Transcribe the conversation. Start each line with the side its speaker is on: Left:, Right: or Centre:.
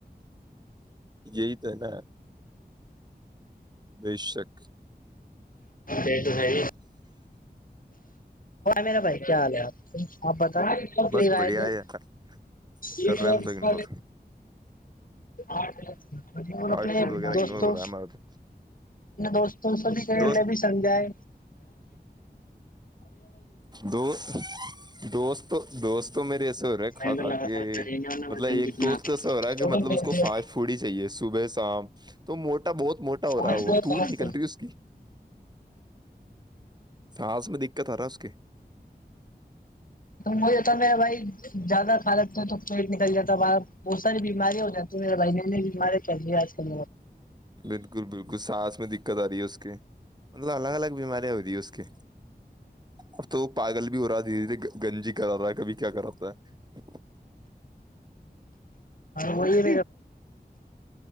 Right: یہی تو ہے نا بے شک
Left: جی توحری میرا بھائی کیا حال ہے آپ آپ بت
Right: بس
Left: لے آئے
Right: بڑھیا
Left: تھے
Right: ہے یار،
Left: یہ
Right: کر رہے
Left: جو
Right: ہیں ہم
Left: کس
Right: تو اگنور
Left: تھ اور
Right: فاسٹ
Left: اپنے
Right: فوڈ وغیرہ اگنور
Left: دوستوں
Right: ہو رہا ہے ہمارا تو
Left: اپ دوستوںو بھی کہ
Right: دوست
Left: بھی سمجائے
Right: دو دوست تو دوست تو میرے ایسے ہو رہے ہے
Left: میں
Right: کھا
Left: اگر
Right: کھاے
Left: لگاتار کریں گے ورنہ
Right: مطلب
Left: میں دن
Right: ایک
Left: کتنا
Right: دوست ایسا ہو رہا ہے
Left: ٹوٹل
Right: کہ مطلب
Left: پہنچ
Right: اس کو
Left: گئے
Right: فاسٹ پوڑی چاہیے صبح شام تو موٹا بہت موٹا ہو
Left: پانچ
Right: رہا ہے وہ توند نکل رہی اس کی سس میں دقت آ رہا ہے اس کے
Left: تو وہ ہوتا میں بھائی زیادہ کھا لکتا ہیںوں تو پیٹ نکل جاتا بہت ساری بیمارییا ہو جاتی میرے بہن نے بھی بیماریں چی آج کل
Right: بالکل بالکل سانس میں دقت آ رہی ہے اس کے مطلب الگ الگ بیماریاں ہو رہی ہے اس کے
Left: <inaudible>
Right: اب تو پاگل بھی ہو رہا ہے دھیرے دھیرے گنجی کرا رہا ہے کبھی کیا کراتا ہے
Left: وہئی